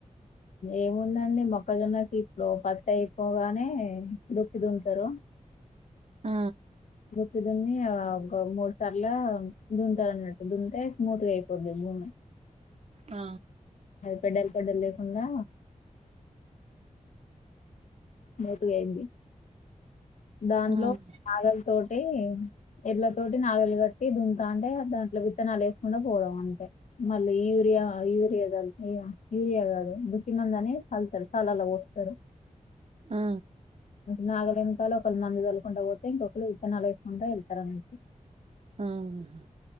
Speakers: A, on the left; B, on the right.
A: ఏముందండి మొక్కజొన్నకి ఇప్పుడు పత్తి అయిపోగానే దుక్కి దున్తరు
B: ఆ
A: దుక్కి దున్ని ఒక మూడు సార్ల దున్తారన్నట్టు దున్తె స్మూత్ గయిపోద్ది భూమి
B: ఆ
A: పెడ్డెల్ పెడ్డెల్ లేకుండా స్మూత్ గయింది దాంట్లో
B: ఉమ్
A: నాగల్ తోటి ఎడ్ల తోటి నాగలు కట్టి దుంతాంటే దాంట్లో విత్తనాలు వేసుకుంట పోవడం అంతే మళ్ళీ యూరియా యూరియా చల్ యు యూరియా కాదు దుక్కి మందు అని చల్తరు చల్లల పోస్తరు
B: ఆ
A: నాగలేనుకాల ఒకళు మందు చల్కుంటు పోతే ఇంకొకళు విత్తనాలు వేసుకుంట ఎళ్తరు అన్నట్టు
B: ఆ హా